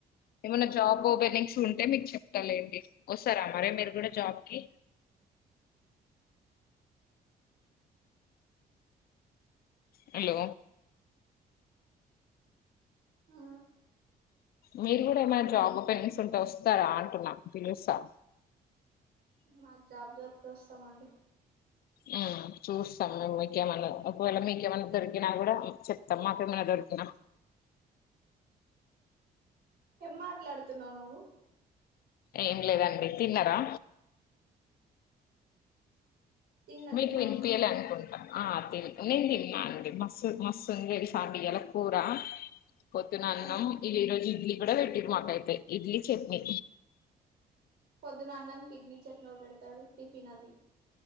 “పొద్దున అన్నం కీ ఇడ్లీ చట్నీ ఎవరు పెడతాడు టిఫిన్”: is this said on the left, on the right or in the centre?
Right